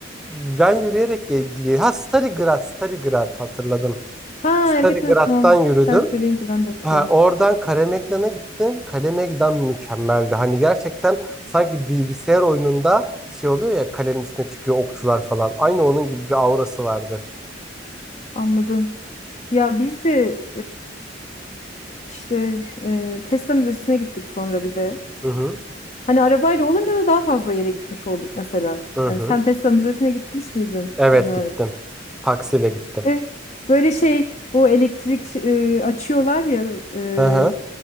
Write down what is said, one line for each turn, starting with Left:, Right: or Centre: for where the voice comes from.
Centre: Ben yürüyerek ge- diye. Ha Starigrad, Starigrad hatırladım.
Left: Ha
Centre: Starigrad'dan
Left: evet evet tamam.
Centre: yürüdüm.
Left: Sen söyleyince ben de hatırladım.
Centre: Ha, oradan Kalemegdan'a gittim. Kalemegdan mükemmeldi. Hani gerçekten sanki bilgisayar oyununda şey oluyor ya kalenin üstüne çıkıyor okçular falan. Aynı onun gibi bir aurası vardı.
Left: Anladım. Ya biz de İşte e, Tesla Müzesi'ne gittik sonra bir de.
Centre: Hı hı.
Left: Hani arabayla olunca da daha fazla yere gitmiş olduk mesela.
Centre: Hı
Left: Hani
Centre: hı.
Left: sen Tesla Müzesi'ne gitmiş miydin?
Centre: Evet
Left: Bilmiyorum.
Centre: gittim. Taksiyle gittim.
Left: E, böyle şey o elektrik e, açıyorlar ya e,
Centre: Hı hı.